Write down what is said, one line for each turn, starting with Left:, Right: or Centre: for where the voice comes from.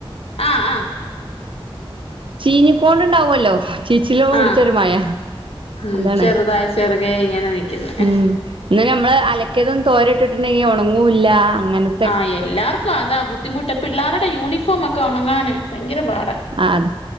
Left: ആഹ് ആഹ്
Right: ചീഞ്ക്കൊണ്ട് ണ്ടാവല്ലോ ചീച്ചില് പുട്ച്ചൊര്
Left: ആഹ്
Right: മഴ
Left: ഉം
Right: അതാണ്
Left: ചെറുതായി ചെറുകെ ഇങ്ങനെ നിക്കുന്ന്
Right: ഉം ഇന്ന് ഞമ്മള് അലക്ക്യേതൊന്നും തോരട്ട്ട്ട് ണ്ടെങ്കി ഒണങ്ങൂല്ല അങ്ങനത്
Left: ആ എല്ലാർക്കും അതാ ബുദ്ധിമുട്ട് പിള്ളേരുടെ യൂണിഫോമക്കെ ഉണങ്ങാന് ഭയങ്കര പാട
Right: ആ അത